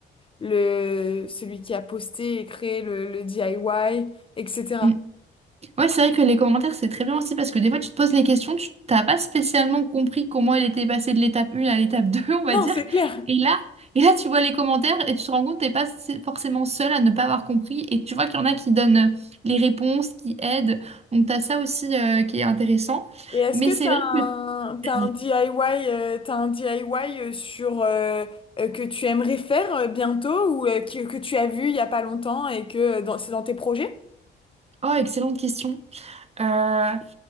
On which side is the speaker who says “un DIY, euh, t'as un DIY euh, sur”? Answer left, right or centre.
Left